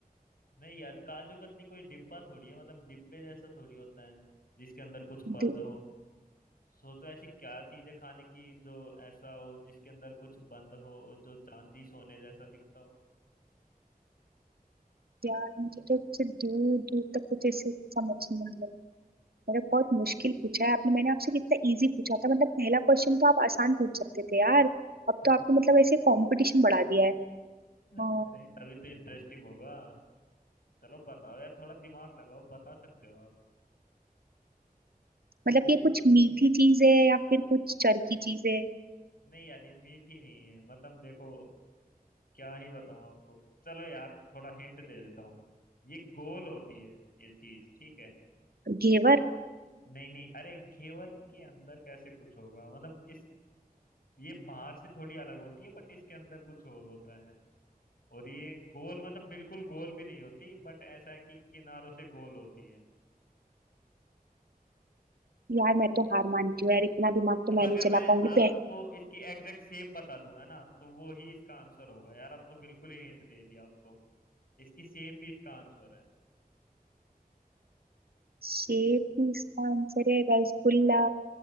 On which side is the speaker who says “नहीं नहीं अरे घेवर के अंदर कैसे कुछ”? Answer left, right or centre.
Left